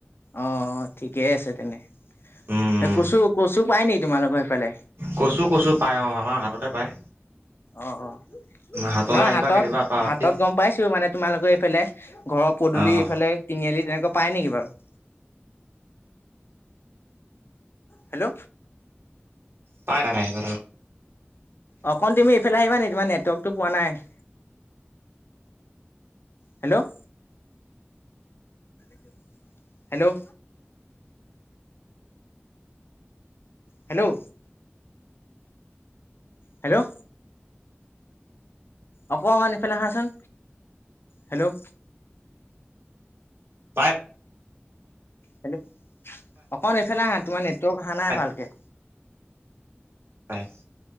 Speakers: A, on the left; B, on the right.
A: অ ঠিকেই আছে তেনে।
B: উম,
A: এই কচু কচু পায় নেকি? তোমালোকৰ সেইফালে।
B: কচু কচু পাই অ আমাৰ হাততে পায়।
A: অ অ
B: হাতলৈ
A: নহ
B: আহিবা
A: হাতত
B: কেতিয়াবা পাই
A: হাতত গম পাইছোঁ মানে তোমালোকে এইফালে ঘৰৰ পদূলি
B: অঁ
A: এইফালে তিনিআলি তেনেকুৱা পায় নেকি বাৰু। হেল্ল'
B: পাই <unintelligible>
A: অকন তুমি এইফালে আহিবা নি? তোমাৰ নেটৱৰ্কটো পোৱা নাই। হেল্ল' <unintelligible> হেল্ল' হেল্ল' হেল্ল' অকমান ইফালে আহাচোন। হেল্ল'
B: পাই
A: হেল্ল। অকণ এইফালে আহা তোমাৰ নেটৱৰ্ক অহা নাই
B: পায়
A: ভালকে
B: পাই।